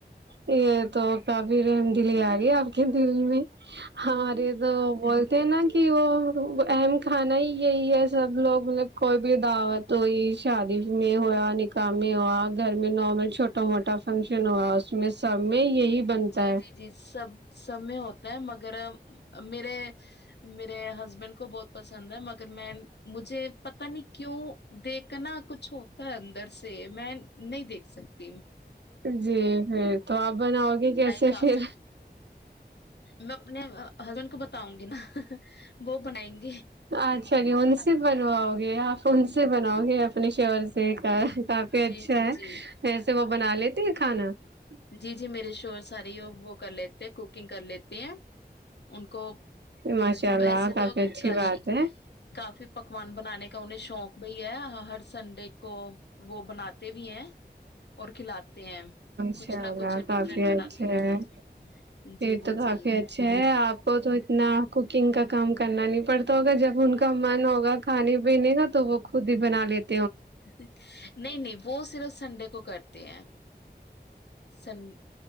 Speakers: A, on the right; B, on the left.
A: یہ تو کبیر دلی آ گی آپ کے دل میں ہاں ارے تو بولتے ہیں نا کہ وہ اہم کھانا ہی یہی ہے سب لوگ مطلب کوئی بھی دعوت ہوئی شادی میں ہوا نکاح میں ہوا گھر میں نارمل چھوٹا موٹا فنکشن ہوا اس <unintelligible> میں یہی بنتا
B: جی جی جی سب سب میں ہوتا ہے مگر <unintelligible> اگر میرے میرے ہسبینڈ کو بہت پسند ہے مگر میں مجھے پتا نہیں کیوں دیکھنا کچھ ہوتا ہے اندر سے میں نہیں دیکھ سکتی ہ <unintelligible>
A: جی ہ تو آپ <unintelligible> گے کیسے
B: نہیں کھا
A: پھر
B: سکتی میں اپنے ہسبینڈ کو بتاؤں گی نا <unintelligible> وہ بنائیں گے <unintelligible>
A: اچھا جی ان سے بنواؤ گے آپ ان سے بناؤ گے آ اپنے شور سے کا کافی
B: جی
A: اچھا
B: جی
A: ہے
B: جی
A: اییسے وہ بنا لیتے <unintelligible> کھانا <unintelligible>
B: جی جی میرے شور ساری وہ وہ کر لیتے ہیں کوکنگ کر لیتے ہیں <unintelligible> ان کو
A: ماشاء اللہ
B: وسے
A: کافی
B: تو
A: اچھی
B: کاشی
A: بات ہے
B: کافی پکوان بنانے کا انہیں شوق بھیھ ہے ہر سنڈے کو وہ بناتے بھی ہیں اور کھلاتے <unintelligible> تے ہیں <unintelligible>
A: شءلہ
B: کچھ
A: کافی
B: ڈفرینٹ
A: اچھا
B: بناتے رہتے
A: ہے
B: ہیں
A: یہ
B: جی جی
A: تو کافی
B: جی
A: اچھے ہے آپ <unintelligible> وہ تو اتنا کوکنگ کا کام کرنا نہیں پڑتا ہوگا جب ان کا من ہوگا کھانے پینے کا تو وہ خود ہی بنا لیتا <unintelligible>
B: نہیں نہیں وہ صرف سے <unintelligible> سنڈے کو کرتے ہیں <unintelligible> سن <unintelligible>